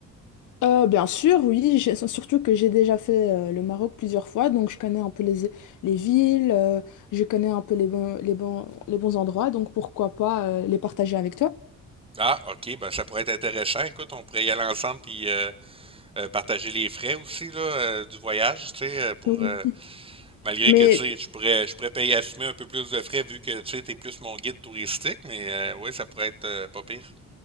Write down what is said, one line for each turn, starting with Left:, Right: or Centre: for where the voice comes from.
Left: Euh, bien sûr, oui, j'ai- surtout que j'ai déjà fait euh, le Maroc plusieurs fois, donc je connais un peu les, les villes, euh, je connais un peu les bons, les bons, les bons endroits, donc pourquoi pas euh, les partager avec toi.
Right: Ah, ok, ben ça pourrait être intéressant. Écoute, on pourrait y aller ensemble puis euh, euh, partager les frais aussi là, euh, du voyage, tu sais, euh, pour
Left: Mhm.
Right: euh, malgré
Left: Mais
Right: que tu sais, je pourrais je pourrais payer assumer un peu plus de frais vu que tu sais, t'es plus mon guide touristique, mais euh, ouais, ça pourrait être euh, pas pire.